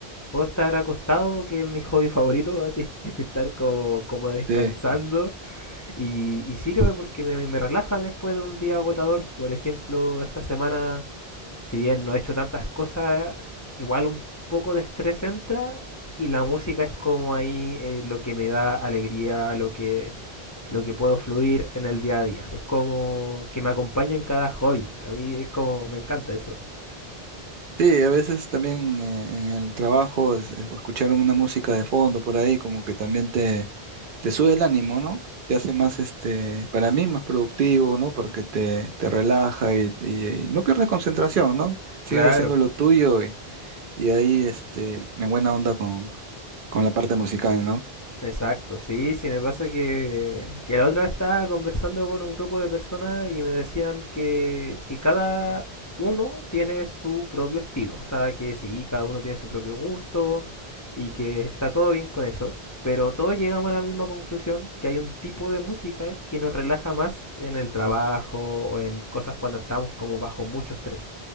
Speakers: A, on the left; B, on the right.
A: puedo estar acostado, que es mi hobby favorito, así, <laughs> estar como, como descansando
B: Sí.
A: y, y sirve porque me, me relaja después de un día agotador. Por ejemplo, esta semana, si bien no he hecho tantas cosas, igual un poco de estrés entra y la música es como ahí eh, lo que me da alegría, lo que, lo que puedo fluir en el día a día. Es como que me acompaña en cada hobby. A mí es como, me encanta eso.
B: Sí, a veces también eh, en el trabajo es- eh, escuchar una música de fondo por ahí como que también te, te sube el ánimo, ¿no? Te hace más, este, para mí, más productivo, ¿no? Porque te, te relaja y, y- y no pierdes concentración, ¿no? Sigues
A: Claro.
B: haciendo lo tuyo Y ahí, este, en buena onda con, con la parte musical, ¿no?
A: Exacto, sí, sí, me pasa que, que la otra vez estaba conversando con un grupo de personas y me decían que, que cada uno tiene su propio estilo, o sea, que sí, cada uno tiene su propio gusto y que está todo bien con eso, pero todos llegamos a la misma conclusión, que hay un tipo de música que nos relaja más en el trabajo o en cosas cuando estamos como bajo mucho estrés